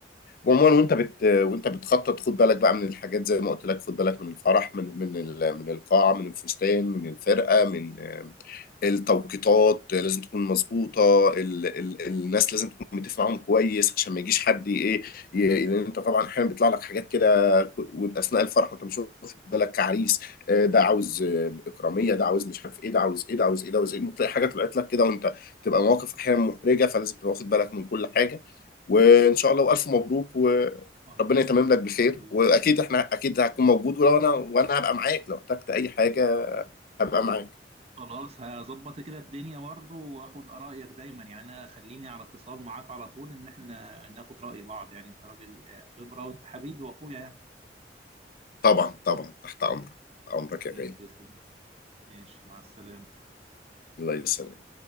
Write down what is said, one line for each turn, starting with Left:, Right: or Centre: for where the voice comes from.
Left: عموما وانت بت... وانت بتخطط خد بالك بقى من الحاجات زي ما قلت لك خد بالك من الفرح من من ال... من القاعه من الفستان من الفرقه من آه، التوقيتات لازم تكون مظبوطه ال... ال... الناس لازم تكون متفق معاهم كويس عشان ما يجيش حد ايه ي... لان انت طبعا احيانا بيطلع لك حاجات كده ك- واثناء الفرح وانت مش واخد بالك كعريس آه، ده عاوز آه، اكراميه ده عاوز مش عارف ايه ده عاوز ايه ده عاوز ايه ده عاوز ايه ممكن تلاقي حاجه طلعت لك كده وانت تبقى مواقف احيانا محرجه فلازم تبقى واخد بالك من كل حاجه وان شاء الله والف مبروك وربنا
Right: الله يبارك
Left: يتمم لك بخير
Right: فيك حبيبي.
Left: واكيد احنا اكيد هتكون موجود ولو انا وانا هبقى معاك لو احتجت اي حاجه هبقى معاك
Right: خلاص هظبط كده الدنيا برضو واخد ارائك دايما يعني انا خليني على اتصال معاك على طول ان احنا ناخد راي بعض يعني انت راجل خبره وانت حبيبي واخويا يعني
Left: طبعا طبعا تحت امرك تحت امرك
Right: حبيبي
Left: يا غالي
Right: تسلم ماشي مع السلامه
Left: الله يسلمك